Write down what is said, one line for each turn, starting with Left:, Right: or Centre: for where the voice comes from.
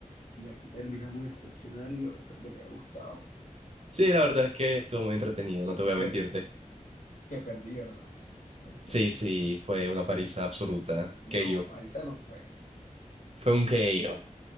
Left: y aquí terminamos el cuestionario. Espero que te haya gustado.
Right: Sí, la verdad es que estuvo muy entretenido,
Left: Siento
Right: no te voy
Left: que,
Right: a mentirte.
Left: que perdí, ¿verdad? Sí, siento que perdí.
Right: Sí, sí, fue una paliza absoluta.
Left: No,
Right: yo
Left: paliza no fue.
Right: Fue un yo